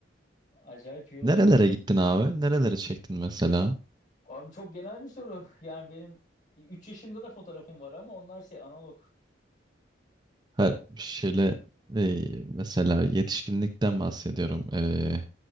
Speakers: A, on the left; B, on the right.
A: Acayip iyi oluyor.
B: nerelere gittin abi? Nerelere çektin mesela?
A: Abi çok genel bir soru. Yani benim 3 yaşında da fotoğrafım var ama onlar şey analog.
B: Her şeyle e, mesela yetişkinlikten bahsediyorum. E,